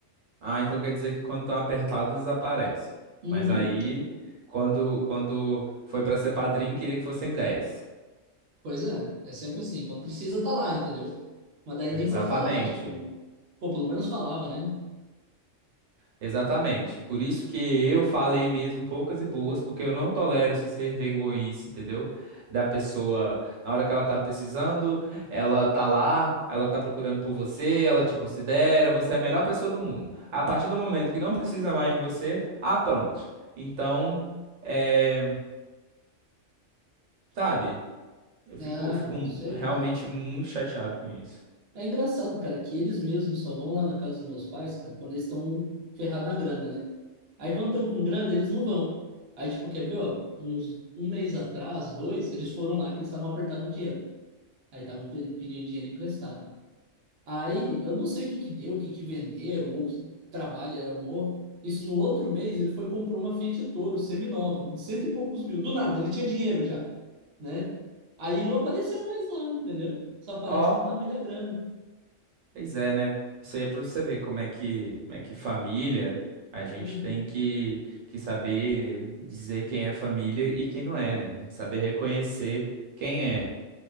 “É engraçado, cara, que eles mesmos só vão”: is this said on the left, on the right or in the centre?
Right